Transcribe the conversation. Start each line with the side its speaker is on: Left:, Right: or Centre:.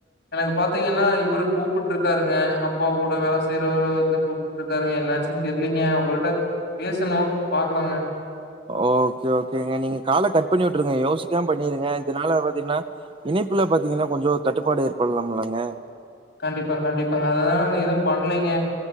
Left: எனக்கு பாத்தீங்கன்னா இவரு கூப்பிட்ருக்காருங்க அப்பா கூட வேல செய்றவரு வந்து கூப்பிட்ருக்காருங்க என்னாச்சுன்னு தெரியலீங்க அவர்கிட்ட பேசணு பாக்கலாங்க
Right: ஓகே ஓகேங்க நீங்க கால கட் பண்ணி விட்டுருங்க யோசிக்காம பண்ணிருங்க இதனால பாத்தீங்கன்னா இணைப்புல பாத்தீங்கன்னா கொஞ்சோ தட்டுப்பாடு ஏற்படலாம்லங்க
Left: கண்டிப்பா கண்டிப்பாங்க அததா எது பண்ணலீங்க